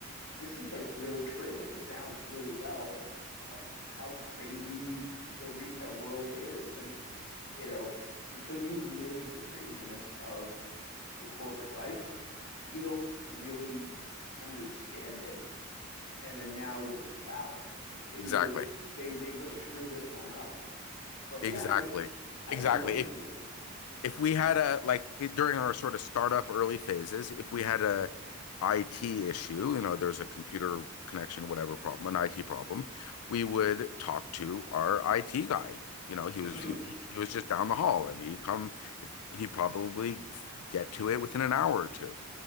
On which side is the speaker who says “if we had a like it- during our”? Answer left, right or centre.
Left